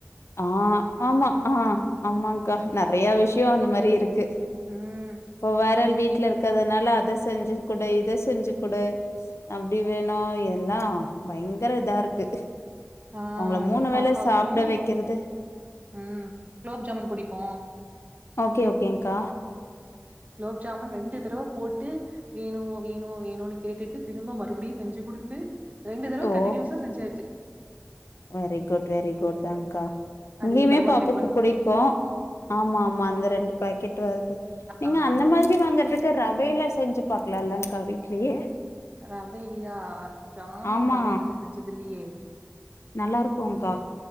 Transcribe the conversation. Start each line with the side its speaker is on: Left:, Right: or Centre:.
Left: ஆ ஆமா ஆ ஆமாங்க்கா நெறைய விஷ் ஷியோ அந்த மாரி இருக் க்கு
Right: ம்.
Left: இப்போ வேற
Right: ஐஸ்கிரீம்.
Left: ஆள் வீட்ல இருக்கிறதுனால அத செஞ்சு குடு இத செஞ்சு குடு அப்டி வேணு எத எல்லா பயங்கர இதா இருக்கு
Right: ஆ
Left: அவங்கள
Right: இங்க
Left: மூணு
Right: பாப்பாக்கு
Left: வேல சாப்ட வைக்கிறது
Right: ம் குலோப்ஜாமூன் புடிக்கு
Left: ஓகே ஓகேங்கா
Right: குலோப் ஜாமுன் ரெண்டு தடவ போட்டு வேணு வேணு வேணுனு கேட்டுட்டு திரும்ப மறுபடியு செஞ்சு குடுத்து ரெண்டு தடவ
Left: ஓ
Right: கண்டினுயூஸா செஞ்சாச்சு
Left: வெரி குட் வெரி குட் தாங்க்கா
Right: அதுவே
Left: இங்கியுமே
Right: பை ஒன்
Left: பாப்புக்கு
Right: கெட் ஒன்.
Left: புடிக்கு ஆமா ஆமா அந்த ரெண்டு பாக்கெட் ட்றது நீங்க
Right: ஆமா.
Left: அந்த மாதிரி வாங்கறதுக் க்கு ரவையில செஞ்சு பாக்கலா இல்லங்க்கா வீட்லயே
Right: ரவையிலியா ஜாமூன்
Left: ஆமா
Right: ரவைல நா செஞ்சது இல்லயே
Left: நல்லா இருக்கும்க்கா